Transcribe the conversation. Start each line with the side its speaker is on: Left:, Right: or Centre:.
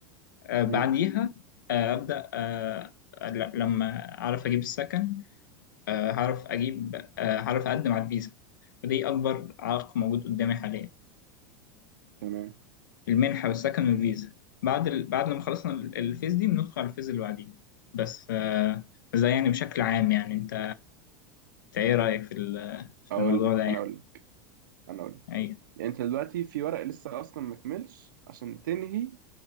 Left: آه،
Right: مم،
Left: بعديها آه، أبدأ آه، ل- لما أعرف أجيب السكن آه، هعرف أجيب آه، هعرف أقدم على الفيزا ودي أكبر عائق موجود قدامي حاليا
Right: تمام
Left: المنحة والسكن والفيزا بعد ال... بعد لما خلصنا ال- الفيز دي بندخل على الفيز اللي بعديها بس ف... بس ده يعني بشكل عام يعني انت انت ايه رأيك في ال... في
Right: اقول
Left: الموضوع
Right: لك
Left: ده يعني
Right: انا اقول لك انا اقول لك
Left: ايوه
Right: يعني انت دلوقتي في ورق لسه اصلا مكملش عشان تنهي